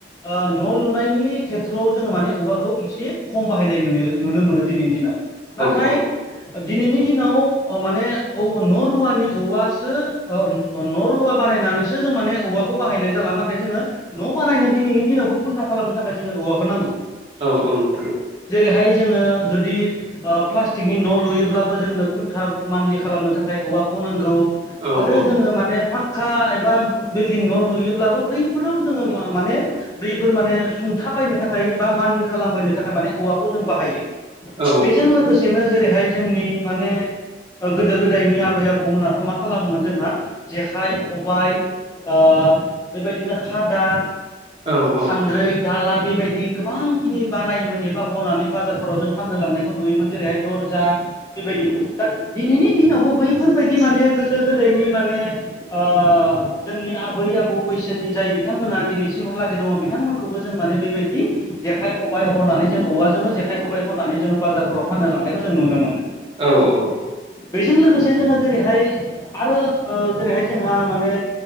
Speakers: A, on the left (about 20°); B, on the right (about 30°).
A: ओ न' लुनायनि खेथ्रआव जोङो माने औवाखौ एसे खम बाहायनाय नुयो नुनो मोनो दिनैनि दिनाव। नाथाय
B: औ
A: दिनैनि दिनाव माने औ न'रुवानि औवासो ओ न'रुवा बानायनानैसो जों माने औवाखौ बाहायनाय जाला नाथाय जोङो न' बानायनो दिनैनि दिनावबो खुन्था खालामनो थाखाय जोंनो औवाखौ नांगौ।
B: औ औ नोंथां।
A: जेरैहाय जोङो जुदि ओ प्लास्टिकनि न' लुयोब्लाबो जोंनो खुन्था मान्लि खालामनो था खाय औवाखौ नांगौ।
B: औ
A: आरो
B: औ
A: जोङो माने फाखक्का एबा बिल्डिं न' लुयोब्लाबो बैफोराव जोङो माने बेफोर माने सुंथा बायनो थाखाय बा मानलि खालामबोनो थाखाय माने औवाखौ जों बाहायो,
B: औ
A: बेजों लोगोसे जेरैहाय जोंनि माने गोदो गो उन्दैनि आबै आबौमोनाथ' मा खालामोमोन जोंहा जेखाइ, खबाय, ओ बेबायदिनो खादा,
B: औ औ
A: सान्द्रै,
B: औ
A: दाला बेबायदि गोबांखिनि बानायोमोन एबा हनानै बाजारफोराव जों फाननो लांनायखौ नुयोमोन। जेरैहाय दरजा बेबायदि दा दिनैनि दिनावबो बैफोर बायदि माने गोदो गोदायनि माने ओ जोंनि आबै आबौ बैसोनि जाय बिथांमोना दिनैसिमहालागै दङ बिथांमोनखौबो जों माने बेबायदि जेखाइ खबाय हनानै जों औवाजोंनो जेखाइ खबाय हनानै जोङो बाजारफोराव फाननो लांनायखौ जों नुनो मोनो।
B: औ औ औ।
A: बेजों लोगोसे जोङो जेरैहाय आरो जेरैहाय जोंहा माने